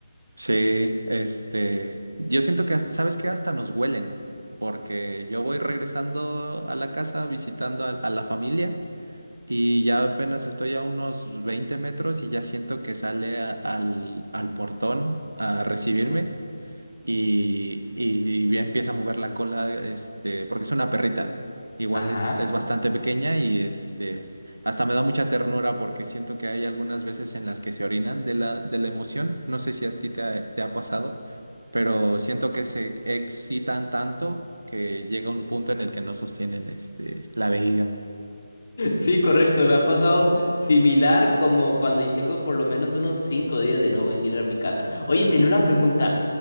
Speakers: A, on the right; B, on the left.
A: Sí, este, yo siento que, hasta- ¿sabes qué? Hasta nos huelen, porque yo voy regresando a la casa visitando a, a la familia y ya apenas estoy a unos 20 metros y ya siento que sale a- al, al portón a recibirme y, y bien empieza a mover la cola, este, porque es una perrita. Igual
B: Ajá.
A: es, es
B: <laughs>
A: bastante pequeña y este, hasta me da mucha ternura porque siento que hay algunas veces en las que se orinan de la, de la emoción. No sé si a ti te ha, te ha pasado, pero siento que se excitan tanto que llega un punto en el que no sostienen este, la vejiga.
B: Sí, correcto. Me ha pasado similar como cuando yo tengo por lo menos unos cinco días de no venir a mi casa. Oye, tenía una pregunta,